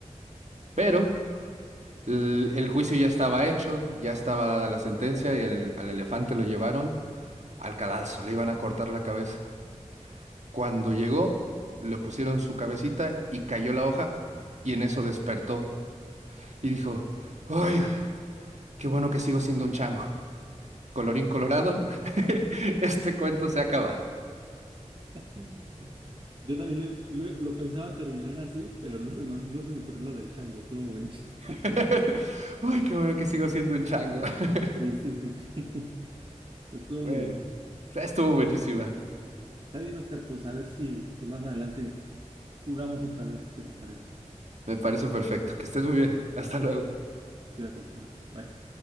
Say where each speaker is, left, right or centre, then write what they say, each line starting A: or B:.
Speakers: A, on the right; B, on the right.
A: Pero el, el juicio ya estaba hecho, ya estaba dada la sentencia y al, al elefante lo llevaron al cadalso, le iban a cortar la cabeza. Cuando llegó, le pusieron su cabecita y cayó la hoja y en eso despertó y dijo, ¡ay, qué bueno que sigo siendo un chango! Colorín colorado, <laughs> este cuento se ha acabado.
B: Mm. Yo también lo, lo- lo pensaba terminar así, pero no se me, no se me ocurrió lo del chango, estuvo buenísimo. <laughs>
A: <laughs> ¡Uy, qué bueno que sigo siendo un chango! <laughs>
B: Sí, sí, sí, sí. <laughs> Pues estuvo
A: Bueno,
B: muy bien.
A: estuvo buenísima.
B: Pues, está bien, Oscar. Pues a ver si, si más adelante jugamos otra vez. ¿Qué te parece?
A: Me parece perfecto. Que estés muy bien. Hasta luego.
B: Cuídate, Oscar. Bye.